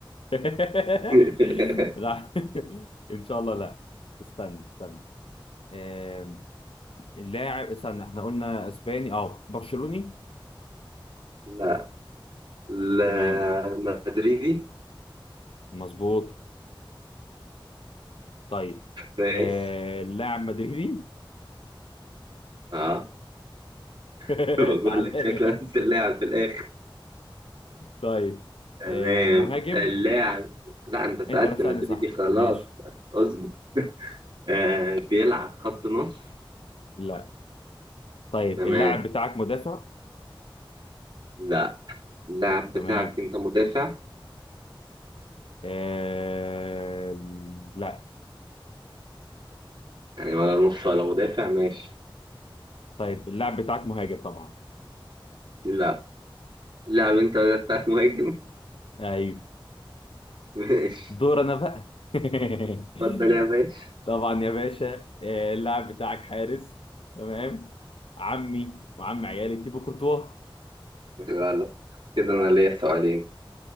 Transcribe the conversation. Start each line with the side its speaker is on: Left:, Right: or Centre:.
Left: <laughs>
Right: <laughs>
Left: لا <laughs> ان شاء الله لا استنى استنى آه... اللاعب استنى احنا قلنا اسباني اه برشلوني
Right: لا لا
Left: تمام
Right: مدريدي
Left: مظبوط طيب
Right: ماشي
Left: آه... اللاعب مدريدي
Right: اه <laughs>
Left: <laughs>
Right: بقول
Left: تعالى
Right: لك شكله
Left: لي.
Right: نفس اللاعب في الاخر
Left: طيب
Right: تمام
Left: آه مهاجم
Right: اللاعب لا انت سألت
Left: انت اللي هتسألني
Right: مدريدي
Left: صح
Right: خلاص
Left: ماشي
Right: اصبر آه بيلعب خط نص
Left: لا طيب
Right: تمام
Left: اللاعب بتاعك مدافع
Right: لا اللاعب بتاعك
Left: تمام
Right: انت مدافع
Left: آه لا
Right: يعني ولا نص ولا مدافع ماشي
Left: طيب اللاعب بتاعك مهاجم طبعا
Right: لا اللاعب انت بتاعك مهاجم
Left: ايوه
Right: <laughs> ماشي
Left: دور انا بقى <laughs>
Right: اتفضل يا باشا
Left: طبعا يا باشا آه اللاعب بتاعك حارس تمام عمي وعم عيالي تيبو كورتوا
Right: غلط كده انا ليا سؤالين